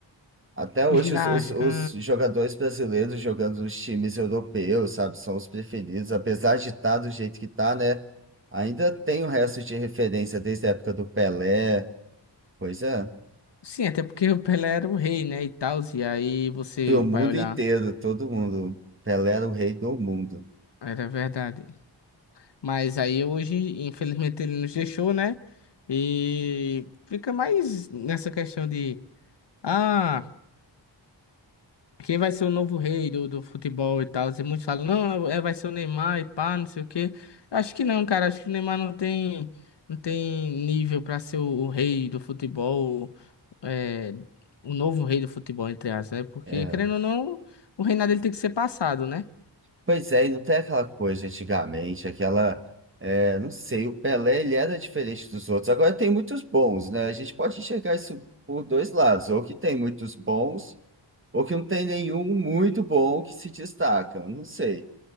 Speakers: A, on the right (about 25°); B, on the left (about 65°).
A: Até hoje,
B: ginástica.
A: os, os, os jogadores brasileiros jogando nos times europeus, sabe, são os preferidos. Apesar de estar do jeito que tá, né? Ainda tem o resto de referência desde a época do Pelé. Pois é,
B: Sim, até porque o Pelé era o rei, né, e tal, e aí você
A: pro mundo
B: vai olhar,
A: inteiro, todo mundo. Pelé era o rei do mundo.
B: era verdade. Mas aí hoje, infelizmente, ele nos deixou, né, e fica mais nessa questão de, ah... Quem vai ser o novo rei do, do futebol e tal? E muitos falam, não, é, é, vai ser o Neymar e pá, não sei o quê. Acho que não, cara. Acho que o Neymar não tem, não tem nível pra ser o, o rei do futebol, é, o novo rei do futebol, entre aspas, né? Porque,
A: É.
B: querendo ou não, o reinado dele tem que ser passado, né?
A: Pois é, e não tem aquela coisa antigamente, aquela. é, não sei, o Pelé ele era diferente dos outros. Agora tem muitos bons, né? A gente pode enxergar isso por dois lados, ou que tem muitos bons. Ou que não tem nenhum muito bom que se destaca, eu não sei.